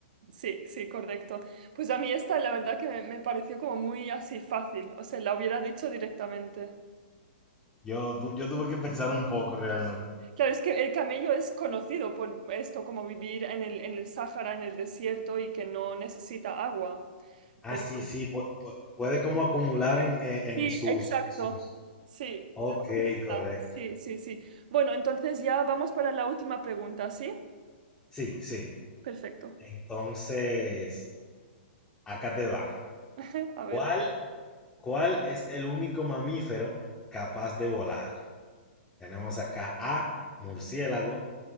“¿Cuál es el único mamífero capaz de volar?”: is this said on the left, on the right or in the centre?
Centre